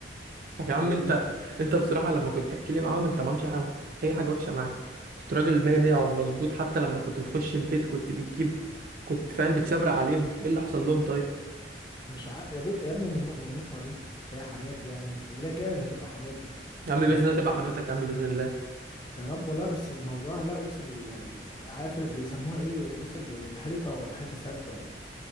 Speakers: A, on the right; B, on the left.
A: طب يا عم
B: ومش
A: انت انت بصراحه لما كنت بتحكي لي معاهم انت ما عملتش اي حاجه اي حاجه وحشه معاك كنت راجل 100 100 على المظبوط حتى لما كنت بتخش البيت كنت بتجيب كنت فاهم بتشبرق عليهم ايه اللي حصل لهم طيب
B: ع... يا ب- يا ابني مام- مامتها دي اللي هي حماتي يعني اللي هي كانت هتبقى حماتي
A: يا عم
B: كانت
A: باذن الله تبقى حماتك يا عم باذن الله
B: يا رب والله بس الموضوع لا وصل ل- ل- عارف بيسموها ايه وصل ل- لحيطه ولا حيطه سد ولا